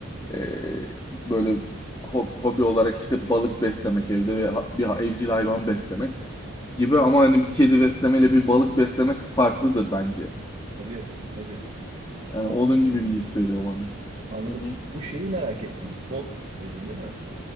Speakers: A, on the left; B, on the right.
A: e, böyle hob- hobi olarak işte balık beslemek evde ve ha- bir ha- evcil hayvan beslemek gibi ama hani bir kedi beslemeyle bir balık beslemek farklıdır bence.
B: Tabii tabii.
A: Yani
B: Anladım
A: onun
B: dediğini.
A: gibi bir his veriyor bana.
B: Anladım.
A: Hı hı.
B: Bu şeyi merak ettim. Pod dedin değil mi?